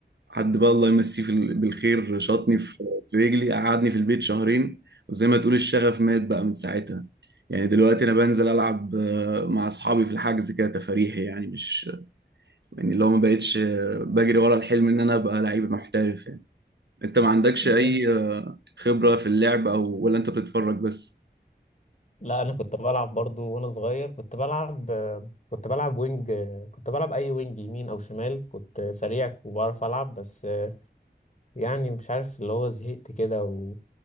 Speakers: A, on the right; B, on the left.
A: حد بقى الله يمسيه في ال- بالخير شاطني في في رجلي قعدني في البيت شهرين وزي ما تقول الشغف مات بقى من ساعتها يعني دلوقتي أنا بنزل ألعب آه، مع أصحابي في الحجز كده تفاريحي يعني مش يعني اللي هو ما بقتش آه، بجري ورا الحلم إن أنا أبقى لعيب محترف يعني أنت ما عندكش
B: بس-
A: أي خبرة في اللعب أو ولا أنت بتتفرج بس؟
B: لا أنا كنت بلعب برضو وأنا صغير كنت بلعب آه، كنت بلعب وينج آه، كنت بلعب أي وينج يمين أو شمال كنت سريع وبعرف ألعب بس يعني مش عارف اللي هو زهقت كده و